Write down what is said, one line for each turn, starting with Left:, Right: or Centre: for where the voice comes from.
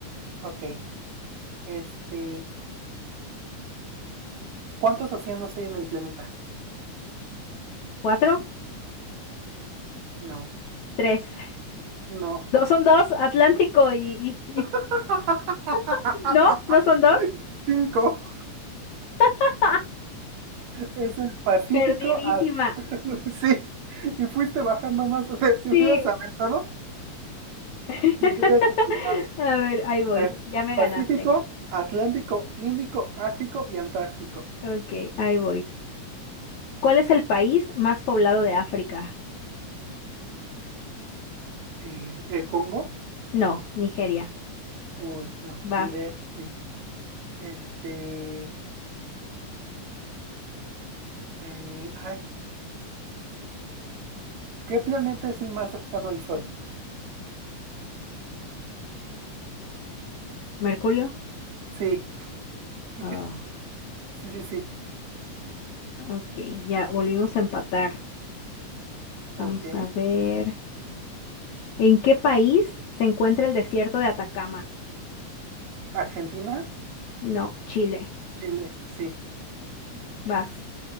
Right: Ok, este, ¿cuántos océanos hay en el planeta?
Left: ¿Cuatro?
Right: No,
Left: Tres.
Right: no.
Left: <laughs> Dos son dos, Atlántico y... y-
Right: <laughs>
Left: <laughs> ¿No? ¿No son dos?
Right: Cinco.
Left: <laughs>
Right: Es el Pacífico.
Left: Perdidísima.
Right: A... <laughs> sí. Y fuiste bajando más. O sea, si
Left: Sí.
Right: hubieras aventado,
Left: <laughs>
Right: yo hubieras atinado.
Left: A ver, ahí voy.
Right: Es
Left: Ya me
Right: Pacífico,
Left: ganaste.
Right: Atlántico, Índico, Ártico y Antártico.
Left: Ok, ahí voy. ¿Cuál es el país más poblado de África?
Right: Eh, ¿el Congo?
Left: No, Nigeria.
Right: Uy, no,
Left: Vas.
Right: ni idea. Sí. Este, ay, ay, ¿qué planeta es el más cercano al Sol?
Left: ¿Mercurio?
Right: Sí, <laughs>
Left: Oh,
Right: sí, sí, sí.
Left: ok, ya volvimos a empatar. Vamos
Right: Ok.
Left: a ver. ¿En qué país se encuentra el desierto de Atacama?
Right: Argentina,
Left: No, Chile.
Right: Chile, sí.
Left: Vas.